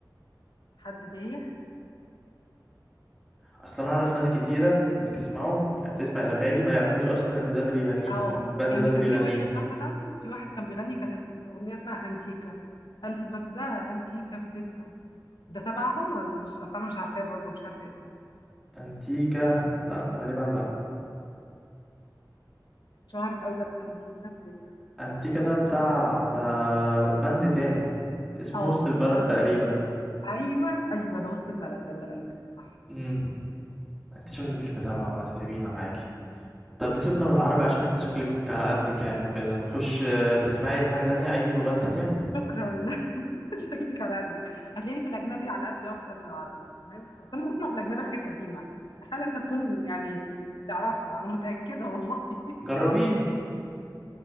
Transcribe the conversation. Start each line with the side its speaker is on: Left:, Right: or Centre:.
Left: حد تايه
Centre: اصلا انا اعرف ناس كتيره بتسمعه يعني بتسمع الاغاني ما يعرفوش اصلا ان ده اللي بيغنيها
Left: اه
Centre: ان الباند
Left: يعني
Centre: ده اللي
Left: كان
Centre: بيغنيها
Left: في واحد مثلا في واحد كان بيغني كان اسم اغنيه اسمها انتيكا قلبك بقى انتيكا في بيتها ده تبعهم ولا مش اصل انا مش عارفاه برضه مش عارفه اسمه
Centre: انتيكا لا غالبا لا
Left: اتشهرت قوي ده بانتيكا في بيتها
Centre: انتيكا ده بتاع ده باند تاني اسمه
Left: اه
Centre: وسط البلد
Left: يبقى بند
Centre: تقريبا
Left: تاني ايوه ايوه ده وسط البلد ده اللي قالوا كده صح
Centre: امم انت شكلك مش متابعه وهتتعبينا معاكي طب نسيبنا من العربي عشان انت شكلك على قدك يعني وكده نخش آه، بتسمعي اي حاجه تانية اي لغات تانية
Left: شكرا <laughs> شكلك على قدك هتلاقيني في الاجنبي على قدي اكتر من العربي تمام اصل انا بسمع في الاجنبي حاجات قديمه استحاله انت تكون يعني تعرفها انا متاكده والله <laughs>
Centre: جربي